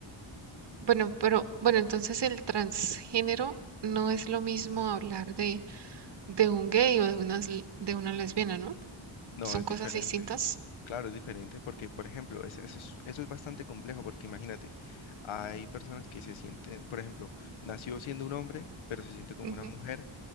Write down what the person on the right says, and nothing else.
Bueno, pero bueno, entonces el transgénero no es lo mismo hablar de, de un gay o de una, de una lesbiana, ¿no?
Son
cosas
distintas.
Ujú,